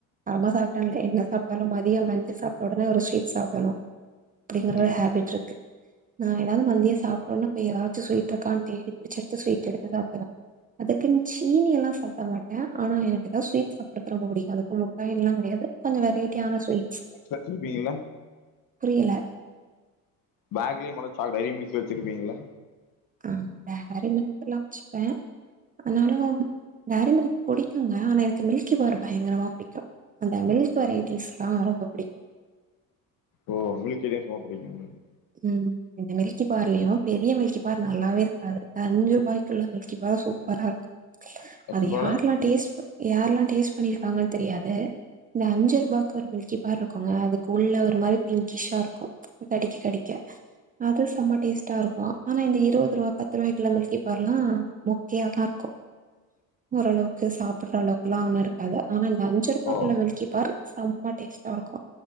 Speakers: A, on the right; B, on the left.
A: காரமா சாப்ட்டேன் இல்ல என்ன சாப்ட்டாலு மதியோ லஞ் சி சாப்பிட்ட ஒடனே ஒரு ஸ்வீட் சாப்டணு அப்டிங்கற
B: ம்
A: ஒரு ஹேபிட் இருக்கு நா எதாவது மதிய சாப்ட்டோன்னே போய் எதாச்சும் ஸவீட் இருக்கான்னு தேடி புடிச்சு எடுத்து ஸ்வீட் எடுத்து சாப்டுவே அதுக்குன் சீனியெல்லா சாப்ட மாட் ட ஆனா எனக்கு எதா ஸ்வீட் சாப்டறது ரொம்ப புடிக்கு அது முட்டாயெல்லா கெடையாது கொஞ்சோ வெரைட்டியான ஸ்வீட்
B: லட்சுமி பி இல்ல
A: புரியல
B: பேக்ல மொத சாக்லேட் டைரி மில்க் வெச்சிருப்பீங்ள
A: ஆ வேற மத்தலாம் வெச்சுப்ப ஆனாலு வேற எனக்கு புடிக்குங்க ஆனா எனக்கு மில்கி பார் பயங்கரமா புடிக்கு அந்த மில்க் வெரைட்டிஸ்ல்லா ரொம்ப புடிக்கு
B: ஓ மில்க் ஐட்டம்ஸ் ரொம்ப புடிக்கு உங்களுக்கு
A: ம் இந்த மில்கி பார்லயு பெரிய மில்கி பார் நல்லாவே இருக்காது அஞ்சு ரூபாய்க்குள்ள மில்கி பார் சூப்பரா இருக்
B: எத்தன
A: அது
B: ரூவால
A: யாரெல்லா டேஸ்ட் யாரெல்லா டேஸ்ட் பண்ணிருக்காங்கன்னு தெரியாது இந்த அஞ்சு ரூபாய்க்கு ஒரு மில்கி பார் இருக்குங்க அதுக்கு உள்ள ஒரு மாதிரி பிங்கிஷ்ஷா இருக்கு கடிக்க கடிக் க அது செம்ம டேஸ்ட்டா இருக்கு ஆனா இந்த இருபது ரூபா பத்து ரூபாய் குள்ள மில்கி பார்ல்லா மொக்கயாதா இருக்கு ஓரளவுக்கு சாப்படற அளவுக்குல்லா ஒண்ணு இருக்காது ஆனா இந்த அஞ்சு ரூபாய்க்குள்ள
B: ஓ
A: மில்கி பார் செம்ம டேஸ்ட்டா இருக்கு